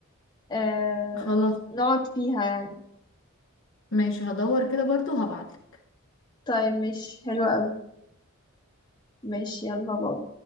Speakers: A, on the left (about 20°); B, on the left (about 60°).
A: آه،
B: خلاص
A: نقعد فيها يعني
B: ماشي هدور كده برضو وهبعتلك
A: طيب ماشي حلو قوي ماشي يلا باي